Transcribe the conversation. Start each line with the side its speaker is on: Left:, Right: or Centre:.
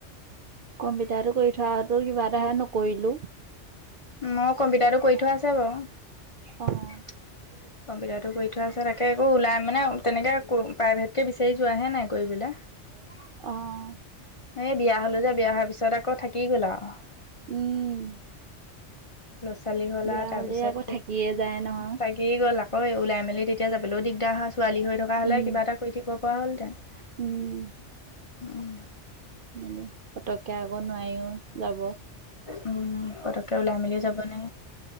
Right: কম্পিউটাৰ কৰি থোৱা আৰু কিবা এটা নকৰিলো।
Left: মই কম্পিউটাৰটো কৰি থোৱা আছে বাৰু
Right: অ',
Left: কম্পিউটাৰটো কৰি থোৱা আছে তাকে একো ওলাই মানে তেনেকে প্ৰাইভেটকে বিচাৰি যোৱাহে নাই কৰিবলে হয়
Right: অহ
Left: এ বিয়া হলো যে বিয়া হোৱাৰ পিছত আকৌ থাকি গ'ল আও
Right: উম
Left: ল'ৰা ছোৱালী হ'ল
Right: বিয়া
Left: আৰু তাৰপিছতে
Right: হ'লে আকৌ থাকিয়ে যায় নহয়।
Left: তাগি গ'ল আৰু অঐ ওলাই মেলি তেতিয়া যাবলৈও দিগদাৰ হয় ছোৱালী হৈ থকা হলে
Right: উম,
Left: কিবা এটা কৰি থাকিব পৰা হলহেতেন।
Right: উম।
Left: উম উম।
Right: মি পতককে আকৌ নোৱাৰিও যাব
Left: উম পতকে ওলাই মেলি যাব নে?